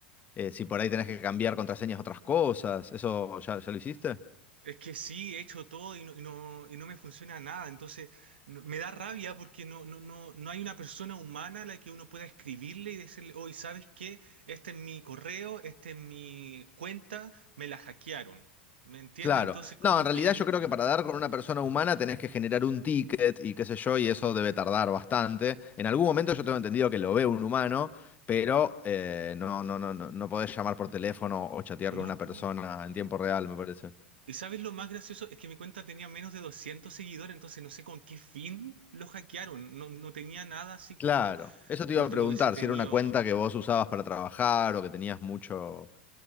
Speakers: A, on the left; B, on the right.
A: eh, si por ahí tenés que cambiar contraseñas a otras cosas. ¿Eso ya, ya lo hiciste?
B: Es que sí, he hecho todo y no, y no, y no me funciona nada, entonces no- me da rabia porque no, no, no, no hay una persona humana a la que uno pueda escribirle y decirle, hoy ¿sabes qué? Este es mi correo, este es mi cuenta, me la hackearon. ¿Me entiende?
A: Claro.
B: Entonces como
A: No, en realidad
B: que...
A: yo creo que para dar con una persona humana tenés que generar un ticket y qué sé yo, y eso debe tardar bastante. En algún momento yo tengo entendido que lo ve un humano, pero eh, no, no, no, no, no podés llamar por teléfono o chatear
B: No,
A: con una persona
B: pues.
A: en tiempo real, me parece.
B: ¿Y sabes lo más gracioso? Es que mi cuenta tenía menos de 200 seguidores, entonces no sé con qué fin lo hackearon. No, no tenía nada así como,
A: Claro. Eso te
B: por
A: iba
B: último,
A: a preguntar,
B: hubiese tenido...
A: si era una cuenta que vos usabas para trabajar o que tenías mucho,